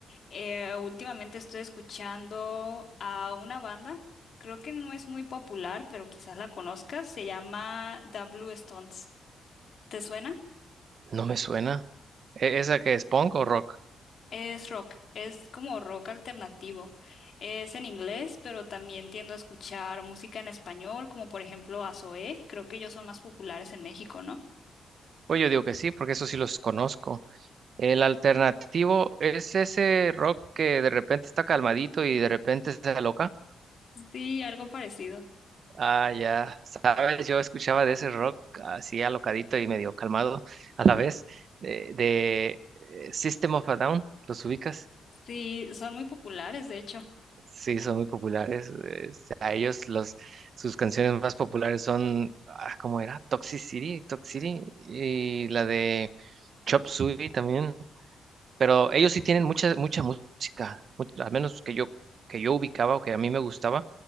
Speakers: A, on the left (about 55°); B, on the right (about 55°).
A: Eh, últimamente estoy escuchando a una banda, creo que no es muy popular, pero quizás la conozcas. Se llama The Blue Stones. ¿Te suena?
B: No me suena. ¿E- ¿Esa que es punk o rock?
A: Es rock, es como rock alternativo. Es en inglés, pero también tiendo a escuchar música en español, como por ejemplo a Zoé. Creo que ellos son más populares en México, ¿no?
B: Pues yo digo que sí, porque eso sí los conozco. El alternativo es ese rock que de repente está calmadito y de repente se aloca.
A: Sí, algo parecido.
B: Ah, ya sabes, yo escuchaba de ese rock así alocadito y medio calmado a la vez. De, de, eh, System of a Down, ¿los ubicas?
A: Sí, son muy populares, de hecho.
B: Sí, son muy populares. eh, A ellos los, sus canciones más populares son, ah, ¿cómo era? Toxic City, Toxic City y la de Chop Suey también. pero ellos sí tienen mucha, mucha música, mu- al menos que yo, que yo ubicaba o que a mí me gustaba,